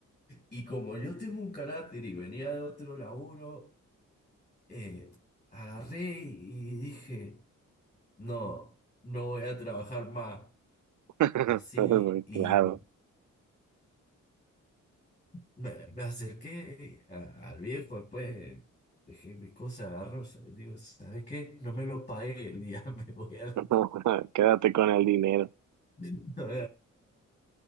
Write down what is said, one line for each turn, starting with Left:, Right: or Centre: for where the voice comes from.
Left: Y como yo tengo un carácter y venía de otro laburo, eh, agarré y dije, no, no voy a trabajar más.
Right: <laughs>
Left: Así,
Right: Pues,
Left: y
Right: Claro.
Left: me, me acerqué eh, a- al viejo, después dejé mis cosas, agarro, digo, ¿sabes qué? No me lo pagué el día, <laughs> me voy a la
Right: <laughs> Quédate con el dinero.
Left: no